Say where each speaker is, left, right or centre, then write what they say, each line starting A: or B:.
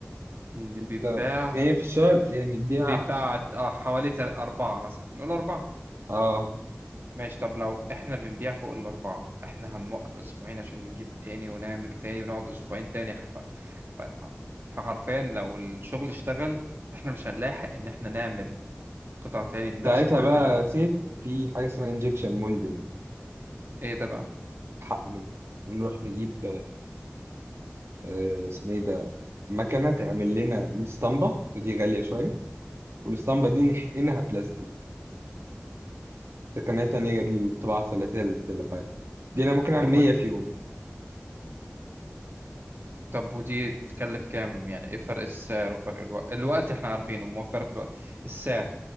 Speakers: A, on the right (about 55°); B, on the right (about 70°).
A: إن بيتباع
B: لا هي في الشهر يعني اديها
A: بيتباع آه حوالي تل- أربعة مثلا نقول أربعة
B: اه
A: ماشي طب لو إحنا بنبيع فوق الأربعة إحنا هنوقف أسبوعين عشان نجيب تاني ونعمل تاني ونقعد أسبوعين تاني ف... ف... فحرفيا لو الشغل اشتغل إحنا مش هنلاحق إن إحنا نعمل قطع تاني من نفس
B: ساعتها
A: الحاجات
B: بقى
A: اللي إحنا
B: سيف في حاجة اسمها انجكشن مولدنج
A: إيه ده بقى؟
B: حقني نروح نجيب آه، اسمه ايه ده مكنه تعمل لنا 100 اسطمبه ودي غاليه شويه والاسطمبه دي نحقنها بلاستيك تقنيه تانية غير الطباعه ثلاثية التلابايت دي انا ممكن اعمل
A: طب
B: 100
A: و...
B: في يوم
A: طب ودي تكلف كام يعني ايه فرق السعر وفرق الوقت الوقت احنا عارفينه موفر في الوقت السعر